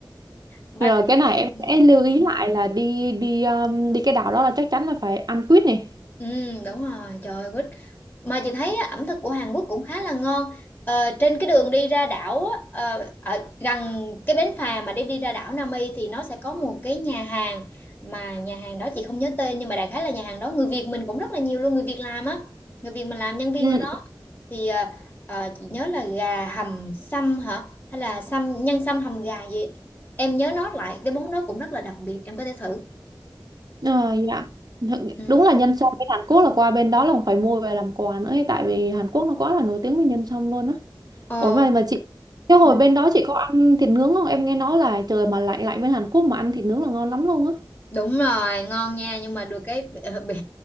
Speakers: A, on the left (about 25°); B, on the right (about 55°).
A: mà
B: rồi cái này em
A: Ừ.
B: sẽ lưu ý lại là đi đi um, đi cái đảo đó là chắc chắn là phải ăn quýt này
A: Ừ, đúng rồi, trời ơi, quýt. Mà chị thấy á, ẩm thực của Hàn Quốc cũng khá là ngon. Ờ, trên cái đường đi ra đảo á, ờ, ở gần cái bến phà mà để đi ra đảo Nam Y thì nó sẽ có một cái nhà hàng mà nhà hàng đó chị không nhớ tên nhưng mà đại khái là nhà hàng đó người Việt mình cũng rất là nhiều luôn, người Việt làm á, người Việt mình làm nhân viên
B: ừ
A: ở thì ờ, ờ, chị nhớ là gà hầm sâm hả hay là sâm nhân sâm hầm gà gì em nhớ nó lại cái món đó cũng rất là đặc biệt em có thể thử
B: ờ, dạ Thực-
A: Ừ.
B: đúng là nhân sâm bên Hàn Quốc là qua bên đó là phải mua về làm quà nữa ấy, tại vì Hàn Quốc nó quá là nổi tiếng về nhân sâm luôn á
A: Ờ,
B: Ủa mà mà chị cái hồi
A: ừ,
B: bên đó chị có ăn thịt nướng không? Em nghe nói là trời mà lạnh lạnh bên Hàn Quốc mà ăn thịt nướng là ngon lắm luôn á.
A: đúng rồi, ngon nha nhưng mà được cái <laughs> bị,